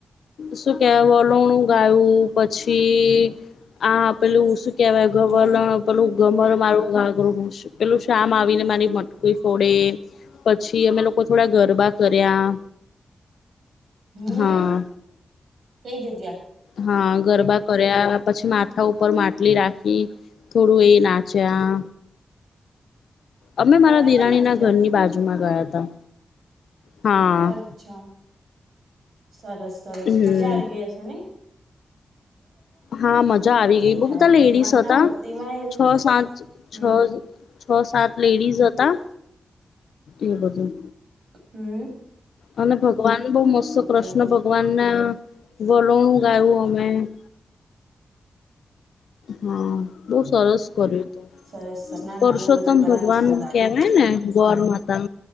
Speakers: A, on the left; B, on the right.
A: શું કે વલોણું ગાયું પછી આ પેલું શું કેવાય ગવલણ
B: હમ
A: પેલું ગમર મારું પેલું શામ આવીને મારી મટકી ફોડે પછી અમે લોકો થોડા ગરબા કર્યા
B: હમ
A: હા
B: કઈ જગ્યા
A: હા ગરબા કર્યા પછી માથા ઉપર માટલી રાખી થોડું એ નાચ્યા અમે
B: તમે
A: મારા દિરાણી
B: પણ નાચ્યા
A: ના ઘરની બાજુમાં ગયા હતા. હા
B: અચ્છા સરસ સરસ
A: હમ
B: મજા આવી ગઈ અસે નહિ.
A: હા મજા આવી ગઈ
B: એ
A: બઉ
B: થાય
A: બધા લેડીસ
B: ભગવાન
A: હતા
B: ના ભક્તિમાં
A: છ સાત
B: હમ
A: છ છ સાત લેડીઝ હતા. એ બધું
B: હા.
A: અને ભગવાન બહુ મસ્ત કૃષ્ણ
B: બરાબર
A: ભગવાન ના વલોણું ગાયું અમે હ. હા. બહુ સરસ કર્યું.
B: સરસ સરસ ના
A: પરસોતમ
B: ના એવું બધું કરવાનું
A: ભગવાન
B: સારું લાગે
A: કેવાય ને ગોર માતા